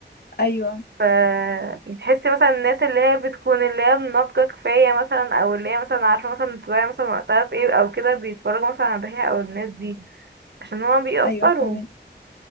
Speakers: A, on the left (about 60°); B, on the right (about 65°).
A: ايوه
B: ف تحسي مثلا الناس اللي هي بتكون اللي هي ناضجة كفاية مثلا او اللي هي مثلا عارفة مثلا تضيع مثلا وقتها في ايه او كده بيتفرجوا مثلا على الدحيح او الناس دي عشان هما بيأثروا
A: ايوه فاهمك